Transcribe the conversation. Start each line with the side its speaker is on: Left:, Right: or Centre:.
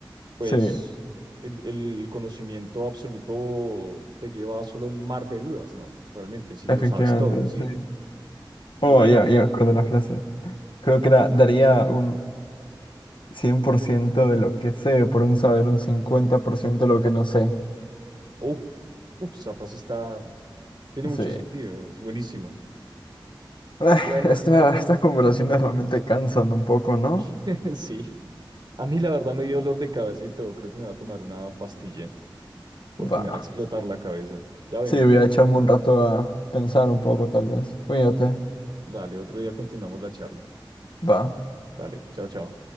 Right: pues
Left: Sí,
Right: el, el conocimiento absoluto te lleva solo a un mar de dudas, ¿no? Realmente, si
Left: efectivamente,
Right: lo sabes todo en sí.
Left: sí. Oh,
Right: Bueno,
Left: ya,
Right: y-
Left: ya me acuerdo la frase. Creo que era, daría un 100% de lo que sé, por un saber un 50% de lo que no sé.
Right: uh, uh, esa frase está, tiene
Left: Sí.
Right: mucho sentido, es buenísima.
Left: Ah,
Right: Bueno,
Left: esta- estas conversaciones realmente cansan un poco, ¿no?
Right: <laughs> sí. A mí la verdad me dio dolor de cabeza y todo. Creo que me va a tomar una pastilla porque
Left: Va.
Right: me va a explotar la cabeza. Ya vengo.
Left: Sí, voy a echarme un rato a pensar un poco, tal vez. Cuídate.
Right: <laughs> Dale, otro día continuamos la charla.
Left: Va.
Right: Dale, chao, chao.